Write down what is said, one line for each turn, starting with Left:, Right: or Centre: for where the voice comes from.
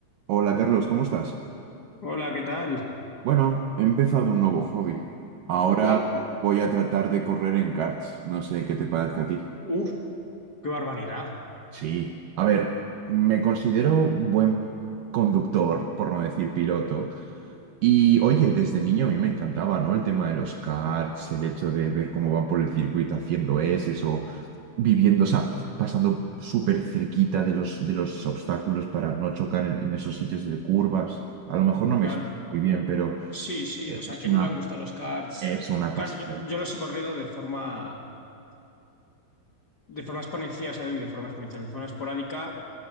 Right: Hola Carlos, ¿cómo estás?
Left: Hola, ¿qué tal?
Right: Bueno, he empezado un nuevo hobby. Ahora
Left: ¿Cuál?
Right: voy a tratar de correr en karts. No sé qué te parezca a ti.
Left: Uf, ¡Qué barbaridad!
Right: Sí, a ver, me considero un buen conductor, por no decir piloto. Y oye, desde niño a mí me encantaba, ¿no? El tema de los karts, el hecho de ver cómo van por el circuito haciendo S o viviendo, o sea, pasando súper cerquita de los, de los obstáculos para no chocar en, en esos sitios de curvas. A lo mejor no
Left: Claro.
Right: me explico muy bien, pero...
Left: Sí, sí,
Right: Es
Left: o sea, ¿a quién
Right: una,
Left: no le han gustado los karts?
Right: es una
Left: Claro,
Right: pasada.
Left: yo, yo los he corrido de forma, de forma exponencial, o sea, de forma exponencial, de forma esporádica,